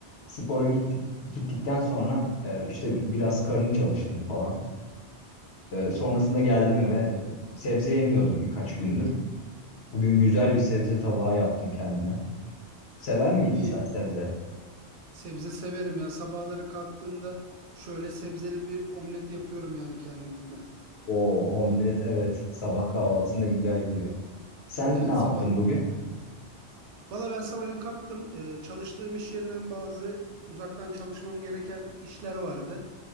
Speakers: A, on the left; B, on the right.
A: Spora gittik, gittikten sonra e, işte biraz karın çalıştım falan. E, sonrasında geldim eve. Sebze yemiyordum birkaç gündür. Bugün güzel
B: Hı hı.
A: bir sebze tabağı yaptım kendime. Sever miydin
B: İyi
A: sen sebze?
B: Sebze severim ya. Sabahları kalktığımda şöyle sebzeli bir omlet yapıyorum yani kendime.
A: O omlet evet sabah kahvaltısında güzel gidiyor. Sen
B: Evet
A: ne yaptın
B: sabah.
A: bugün?
B: Valla ben sabahleyin kalktım. Ee, çalıştığım iş yerinden bazı uzaktan çalışmam gereken işler vardı.